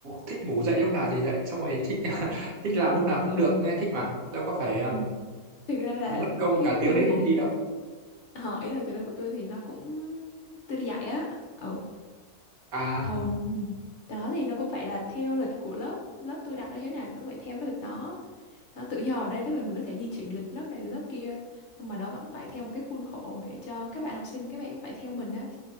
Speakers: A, on the right; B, on the left.
A: thích ngủ dậy lúc nào thì dậy xong rồi thích <laughs> thích làm lúc nào cũng được nghe thích mà đâu có phải um,
B: Ừ. thực ra là
A: mất công
B: cái
A: cả
B: của
A: tiếng
B: tôi
A: đến công
B: thì
A: ty đâu
B: ờ, ý là thực ra của tôi thì nó cũng tôi đi dạy á ừ
A: à,
B: ừ đó thì nó cũng phải là theo lịch của lớp lớp tôi đặt ra thế nào tôi phải theo cái lịch đó nó tự do ở đây tức là mình có thể di chuyển lịch lớp này lớp kia nhưng mà nó vẫn phải theo một cái khuôn khổ để cho các bạn học sinh các bạn cũng phải theo mình á